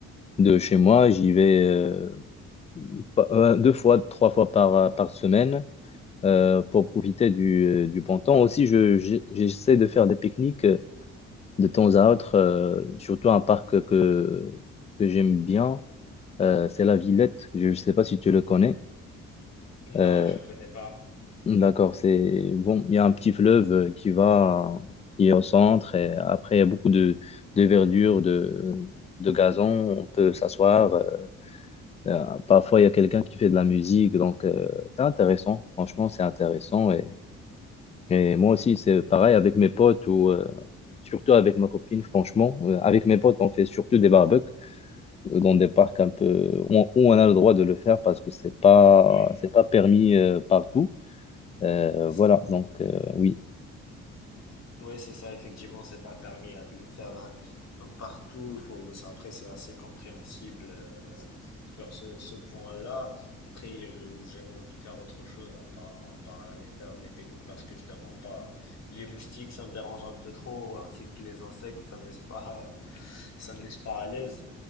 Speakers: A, on the left; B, on the left.
A: de chez moi. J'y vais euh, pas- euh, deux fois, trois fois par, euh, par semaine euh, pour profiter du, euh, du bon temps. Aussi, je, je- j'essaie de faire des pique-niques euh, de temps à autre, euh, surtout un parc que, que j'aime bien. Euh, c'est la Villette. Je ne sais pas si tu le connais.
B: Non,
A: Euh,
B: je connais pas.
A: d'accord, c'est bon. Il y a un petit fleuve euh, qui va qui est au centre et après il y a beaucoup de, de verdure, de, de gazon. On peut s'asseoir. euh, Euh, parfois, il y a quelqu'un qui fait de la musique, donc euh, c'est intéressant. Franchement, c'est intéressant. Et, et moi aussi, c'est pareil avec mes potes ou euh, surtout avec ma copine, franchement. Euh, avec mes potes, on fait surtout des barbecues euh, dans des parcs un peu où on, où on a le droit de le faire parce que c'est pas,
B: Oui,
A: c'est pas permis euh, partout. Euh,
B: c'est ça.
A: voilà, donc euh, oui.
B: Oui, c'est ça, effectivement, c'est pas permis euh, de le faire euh, partout. Il Faut, après, c'est assez compréhensible euh, sur ce, ce point-là. Après, je- j'aime autre- faire autre chose à part, à part aller faire des pique-niques parce que je ne mens pas. Les moustiques, ça me dérange un peu trop, ainsi que les insectes, ça me laisse pas, <laughs> ça me laisse pas à l'aise.